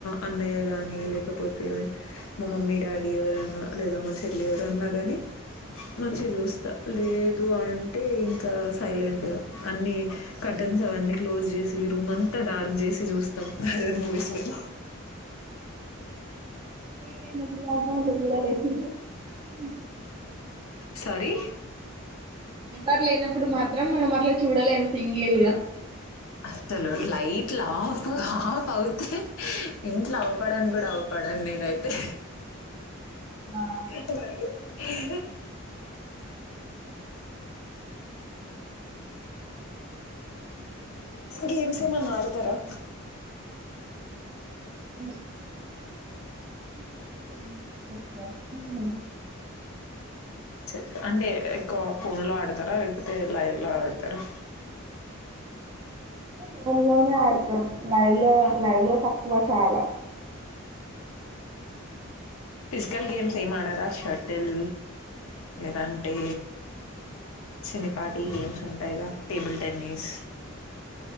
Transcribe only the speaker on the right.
<unintelligible>
ఎవరు లేనప్పుడు మాత్రం మనం అట్లా, చూడలేం, సింగిల్ గా.
ఆ
<inaudible>
ఫోన్ లోనే ఆడుతాం, లైవ్ లో, లైవ్ లో తక్కువ చాలా.